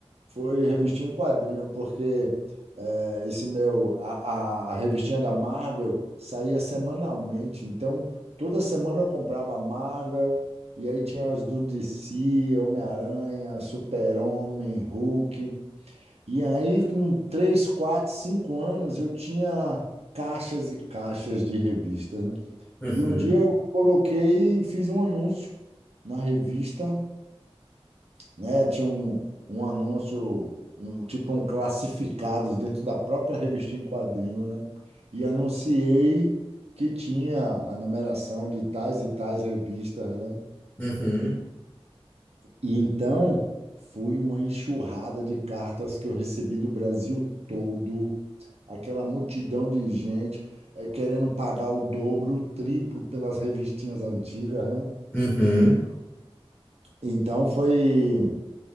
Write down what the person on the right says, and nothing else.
foi revistinha em quadrinho, porque é, esse meu, a, a, a revistinha da Marvel saía semanalmente, então toda semana eu comprava a Marvel, e aí tinha as do DC, Homem-Aranha, Super-Homem, Hulk. E aí, com três, quatro, cinco anos, eu tinha caixas e caixas de revista, né?
E um dia eu coloquei e fiz um anúncio na revista, né? Tinha um, um anúncio, um, tipo um classificados dentro da própria revista em quadrinho, né? E anunciei que tinha a numeração de tais e tais revistas, né?
E então foi uma enxurrada de cartas que eu recebi do Brasil todo, aquela multidão de gente eh, querendo pagar o dobro, o triplo pelas revistinhas antigas, né?
Então foi